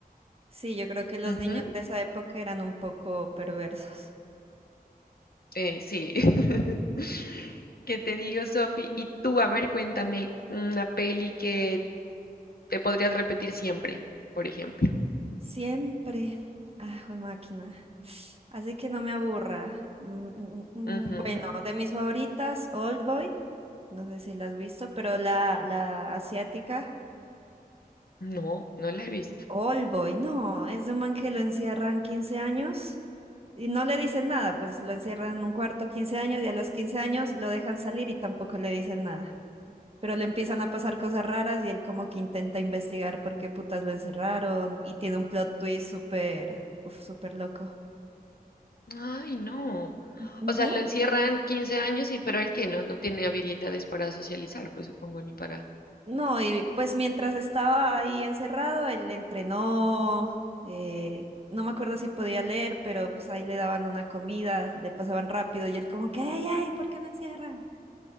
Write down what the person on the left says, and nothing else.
Ujú,
eh, sí. <laughs> ¿Qué te digo, Sofi? Y tú, a ver, cuéntame una peli que te podrías repetir siempre, por ejemplo.
Ujú,
No, no la he visto.
Ay, no.
O sea, lo encierran 15 años y pero el que no, no tiene habilidades para socializar, pues supongo, ni para...